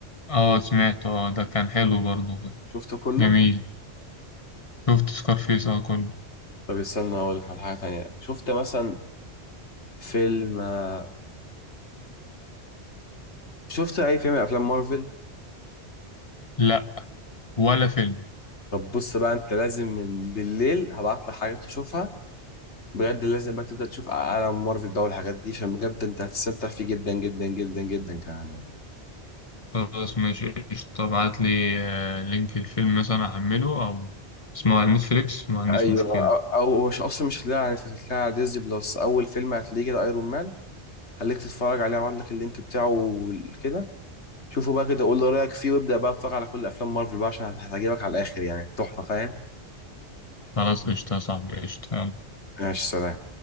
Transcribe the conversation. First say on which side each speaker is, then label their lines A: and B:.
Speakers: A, on the left; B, on the left.
A: اه سمعته اه ده كان حلو برضه
B: شفته كله
A: جميل شفت سكارفيس اه كله
B: طب استنى اقول لك على حاجه تانيه شفت مثلا فيلم آه، شفت اي فيلم من افلام مارفل
A: لا ولا فيلم
B: طب بص بقى انت لازم من بالليل هبعت لك حاجات تشوفها بجد لازم بقى تبدا تشوف عالم مارفل ده والحاجات دي عشان بجد انت هتستمتع فيه جدا جدا جدا جدا كمان
A: خلاص ماشي قشطة ابعت لي آه، لينك الفيلم مثلا احمله او اسمه على نتفليكس ما عنديش
B: ايوه
A: مشكلة
B: او أو مش اصلا مش هتلاقيها على نتفليكس هتلاقيها على ديزني بلس اول فيلم هتلاقيه كده ايرون مان خليك تتفرج عليه هبعت لك اللينك بتاعه وال- كده شوفه بقى كده قول لي رايك فيه وابدا بقى اتفرج على كل افلام مارفل بقى عشان هت- هتعجبك على الاخر يعني تحفه فاهم
A: خلاص قشطة يا صاحبي قشطة يلا.
B: ماشي سلام